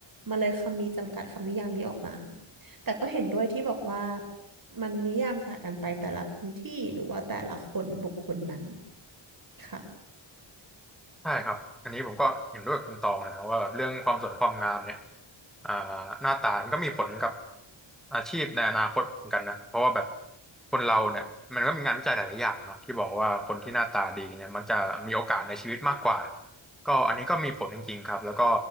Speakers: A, on the right (about 45°); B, in the centre.
A: มาเลยคำนี้จำกัดคำนิยามนี้ออกมาแต่ก็เห็นด้วยที่บอกว่ามันนิยามต่างกันไปแต่ละพื้นที่หรือว่าแต่ละคนบุคคลนั้นค่ะ
B: ใช่ครับ อันนี้ผมก็เห็นด้วยกับคุณตองเลยนะว่าแบบเรื่องความสวยความงามเนี่ยอ่าหน้าตามันก็มีผลกับอาชีพในอนาคตเหมือนกันนะเพราะว่าแบบคนเราเนี่ยมันก็มีงานวิจัยหลายๆอย่างเนาะที่บอกว่าคนที่หน้าตาดีเนี่ยมักจะมีโอกาสในชีวิตมากกว่าก็อันนี้ก็มีผลจริงๆครับแล้วก็